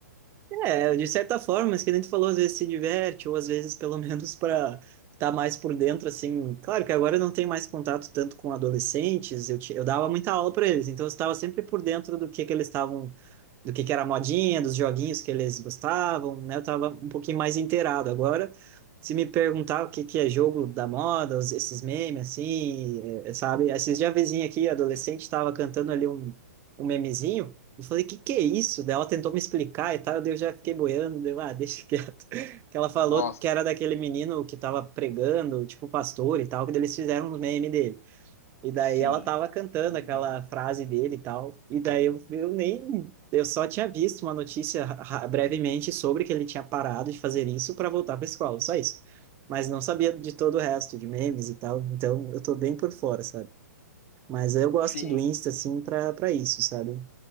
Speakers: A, on the right; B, on the left.
A: É, de certa forma, mas que nem tu falou, às vezes se diverte, ou às vezes pelo <laughs> menos para estar mais por dentro, assim. Claro que agora eu não tenho mais contato tanto com adolescentes, eu, ti- eu dava muita aula para eles, então eu estava sempre por dentro do que, que eles estavam do que que era a modinha, dos joguinhos que eles gostavam, né? Eu tava um pouquinho mais inteirado. Agora, se me perguntar o que que é jogo da moda, os- esses memes, assim, é, sabe? Esses dias a vizinha aqui, adolescente, estava cantando ali um, um memezinho. Eu falei, que que é isso? Daí ela tentou me explicar e tal, daí eu já fiquei boiando, deu, ah, deixa quieto. <laughs> Que ela falou
B: Nossa,
A: que era daquele menino que tava pregando, tipo pastor e tal, que daí eles fizeram um meme dele. E daí
B: sim.
A: ela tava cantando
B: Uhum.
A: aquela frase dele e tal. E daí eu, eu nem. Eu só tinha visto uma notícia ra- brevemente sobre que ele tinha parado de fazer isso para voltar para escola, só isso. Mas não sabia de todo o resto, de memes e tal. Então eu tô bem por fora, sabe? Mas eu gosto
B: Sim.
A: do Insta, assim, pra, pra isso, sabe?